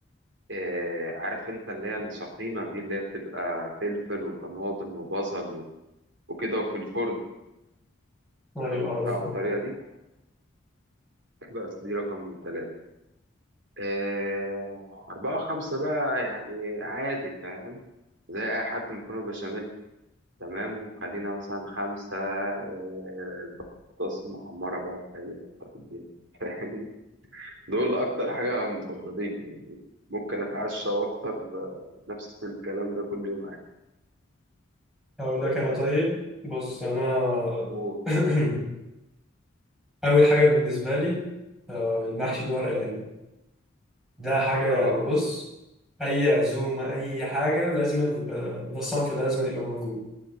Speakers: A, on the right (about 65°); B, in the centre.
A: آه عارف انت اللي هي السخينة دي اللي هي بتبقى فلفل وطماطم وبصل و- وكده وفي الفرن
B: ايوه
A: قطع
B: عارفه
A: الطريقة دي بس دي رقم ثلاثة آه، أربعة وخمسة بقى يعني عادي فاهم زي أي حد مكرونة بشاميل تمام وخلينا مثلا خمسة آه، بطاطس محمرة بقى في أي حتة في الدنيا <laughs> فاهم دول أكتر حاجة مفضلين يعني ممكن أتعشى وأفطر آه، نفس الكلام ده كل يوم عادي
B: اقول لك انا طيب بص انا
A: أوه.
B: <clears throat> اول حاجه بالنسبه لي آه، المحشي ده ورق العنب ده حاجه
A: آه
B: يعني بص اي عزومه اي حاجه لازم يبقى ده الصنف ده لازم يبقى موجود